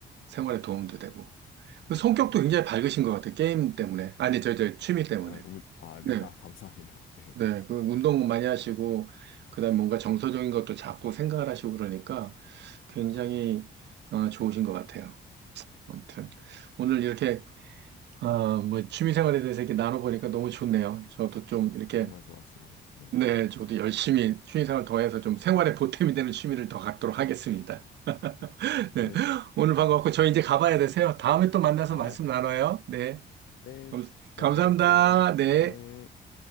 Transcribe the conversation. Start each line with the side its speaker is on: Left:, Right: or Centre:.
Right: 생활에 도움도 되고. 그
Left: 음,
Right: 성격도
Left: 맞아요.
Right: 굉장히
Left: 저-
Right: 밝으신 것 같아요. 게임 때문에. 아니, 저, 저 취미 때문에.
Left: 아, 오늘- 아, 네.
Right: 네.
Left: 아, <laughs> 감사합니다. 네.
Right: 네. 그 운동 많이 하시고 그다음에 뭔가 정서적인 것도 자꾸 생각을 하시고 그러니까 굉장히 어, 좋으신 것 같아요. 아무튼 오늘 이렇게 어, 뭐 취미 생활에 대해서 이렇게 나눠보니까 너무 좋네요. 저도 좀
Left: 네.
Right: 이렇게
Left: 정말 좋았습니다. 네.
Right: 네, 저도 열심히 취미생활 더해서 좀 생활에 보탬이 되는 취미를 더 갖도록 하겠습니다. <laughs>
Left: 음.
Right: 네,
Left: 네. <laughs>
Right: 오늘 반가웠고 저희 이제 가봐야 되세요. 다음에 또 만나서
Left: 아,
Right: 말씀 나눠요. 네,
Left: 네.
Right: 감,
Left: 대화
Right: 감사합니다.
Left: 즐거웠어요.
Right: 네.
Left: 네.